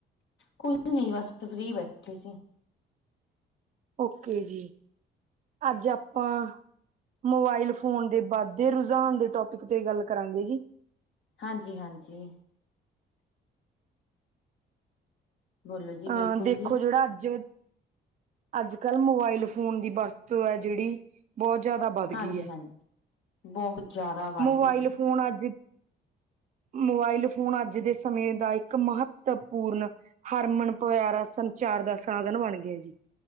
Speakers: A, on the left; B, on the right.
A: ਕੁਝ ਨੀ ਬਸ ਫਰੀ ਬੈਠੇ ਸੀ।
B: ਓਕੇ ਜੀ, ਅੱਜ ਆਪਾਂ ਮੋਬਾਇਲ ਫੋਨ ਦੇ ਬਾਧੇ ਰੁਝਾਨ ਦੇ ਟੋਪਿਕ ਤੇ ਗੱਲ ਕਰਾਂਗੇ ਜੀ।
A: ਹਾਂਜੀ ਹਾਂਜੀ। ਬੋਲੋ ਜੀ ਬਿਲਕੁਲ
B: ਆਂ ਦੇਖੋ
A: ਜੀ
B: ਜੇੜਾ ਅੱਜ ਅੱਜ ਕੱਲ ਮੋਬਾਇਲ ਫੋਨ ਦੀ ਬਰਤੋਂ ਐ ਜੇੜੀ ਬੋਤ ਜਾਦਾ ਬਧ
A: ਹਾਂਜੀ
B: ਗੀ ਐ।
A: ਹਾਂਜੀ ਬਹੁਤ ਜ਼ਿਆਦਾ ਵੱਧ
B: ਮੋਬਾਇਲ
A: ਗਈ ਜੀ
B: ਫੋਨ ਅੱਜ ਮੋਬਾਇਲ ਫੋਨ ਅੱਜ ਦੇ ਸਮੇਂ ਦਾ ਇੱਕ ਮਹੱਤਵਪੂਰਨ ਹਰਮਨ ਪਆਰਾ ਸੰਚਾਰ ਦਾ ਸਾਧਨ ਬਣ ਗੇਆ ਜੀ।